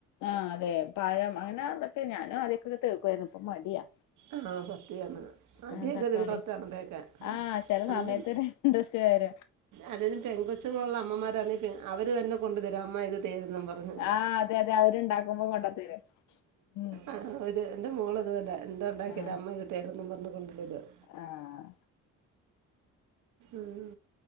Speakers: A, on the left; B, on the right.
A: ആഹ് അതെ പഴം അങ്ങനെ അതൊക്കെ ഞാനും ആദ്യം ഒക്കെ തേക്കുവായിരുന്നു. ഇപ്പ മടിയാ.
B: ആഹ് സത്യാണ്ആദ്യ
A: ആഹ്
B: ഒക്കെ
A: തക്കാളി
B: ഒരു ഇൻട്രസ്റ്റ് ആണ് തേക്കാൻഅല്ലു
A: ആഹ് ചെല സമയത്ത് ഒരു ഇൻട്രസ്റ്റ് വര
B: അല്ലേലും പെൺകൊച്ചുങ്ങളുള്ള അമ്മമാരാഅവര് തന്നെ കൊണ്ടു തരും. അമ്മ ഇത് തേര് പറഞ്ഞ്.
A: ആഹ് അതെ അതെ അവരുണ്ടാക്കുമ്പോ കൊണ്ടത്തരും ഉം
B: ആഹ് ഒരു എന്റെ മോള് ഇതുപോലെ എന്തു ഉണ്ടാക്കിയാലും
A: ആഹ്
B: അമ്മ ഇത് തേരന്നും പറഞ്ഞു കൊണ്ട് തരും.
A: ആഹ്
B: ആഹ്